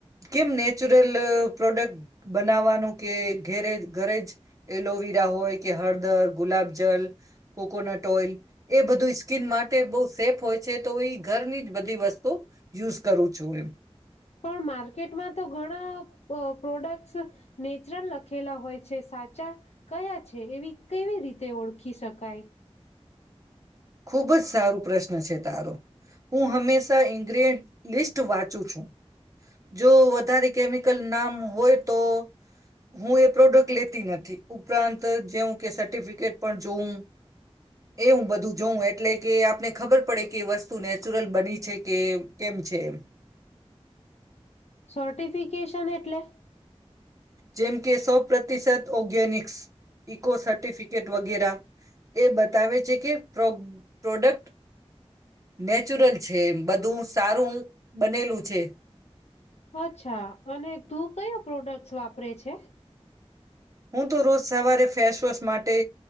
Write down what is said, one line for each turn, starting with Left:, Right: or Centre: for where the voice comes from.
Right: કેમ નેચરલ અહ પ્રોડક્ટ બનાવવાનું કે ઘેરેજ ઘરેજ એલોવીરા હોય કે હળ દર, ગુલાબ જલ કોકોનટ ઓઈલ, એ બધું સ્કીન માટે બહુ સેફ હોય છે, તો ઈ ઘરની જ બધી વસ્તુ યુઝ કરું છું એમ.
Left: પણ માર્કેટમાં તો ઘણા અહ પ્રોડક્ટસ નેચરલ લખેલા હોય છે, સાચા કયા છે? એવી કેવી રીતે ઓળખી શકાય?
Right: ખુબ જ સારું પ્રશ્ન છે તારો. હું હમેશા ઇંગ્રેડ લિસ્ટ વાંચું છું. જો વધારે કેમિકલ નામ હોય તો હું એ પ્રોડક્ટ લેતી નથી ઉપરાંત જેવ કે સર્ટિફિકેટ પણ જોઉું એવું બધું જોઉું એટલે કે આપને ખબર પડે કે વસ્તુ નેચરલ બની છે. કે કેમ છે એમ
Left: સર્ટિફિકેશન એટલે
Right: જેમ કે સો પ્રતિશત ઓર્ગેનિક્સ ઇકો સર્ટિફિકેટ વગેરા એ બતાવે છે કે પ્ર્રોગ પ્રોડક્ટ નેચરલ છે બધું સારું બનેલું છે
Left: અચ્છા અને તું કયો પ્રોડક્ટ્સ વાપરે છે.
Right: હું તો રોજ સવારે ફેશ ત સ માટે